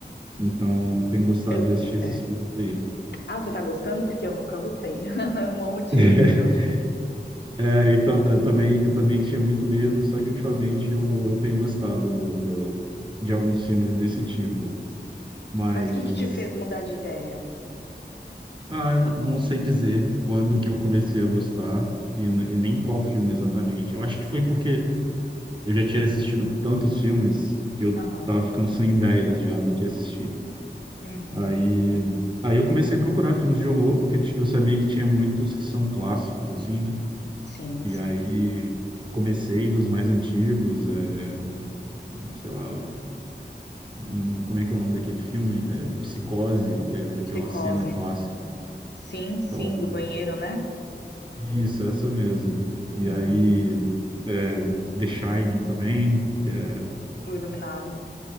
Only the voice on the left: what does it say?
Eu.
é.
Ah, você tá gostando? Porque eu nunca gostei. <laughs> Eu morro de
medo.
Mas o que que te fez mudar de ideia?
Aham.
Uhum.
Sim,
sim.
Psicose.
Sim, sim,
do banheiro, né?
Uhum.
O iluminado.